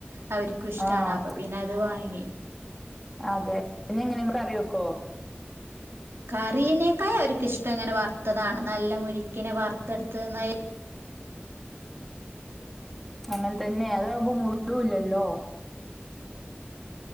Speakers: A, on the right; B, in the centre.
A: അവർക്കും ഇഷ്ടമാണ്
B: ആഹ്
A: അപ്പൊ പിന്നെ അത് വാങ്ങി
B: അതെ പിന്നെ എങ്ങനെയങ്ങക്ക് അറി വെക്കോ
A: കറീനേക്കാ ഒരിക്കിഷ്ടം ഇങ്ങനെ വറുത്തതാണ് നല്ല മുരിക്കിനെ വറുത്തെടുത്ത
B: അങ്ങനെ തന്നെ അതകുമ്പോ മുഴുവല്ലല്ലോ